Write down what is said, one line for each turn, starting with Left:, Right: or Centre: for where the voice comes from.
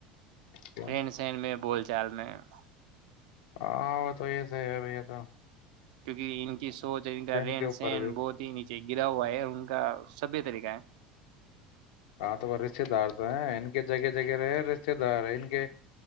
Left: کیوں؟
Right: رن سن میں بول چ <unintelligible> چل میں <unintelligible>
Left: ہاں وہ تو یہس ہے بھیا تھا
Right: کیونکہ ان کی سوچ ان کا رہن
Left: کے اوپر
Right: سہن
Left: بھی
Right: بہت ہی نیچے گرا ہوا ہے ان کا سبھی طریقہ ہے
Left: ہاں تو وہ رشتے دار تو ہیں ان کے جگہ جگہ رہے رشتے دار ان کے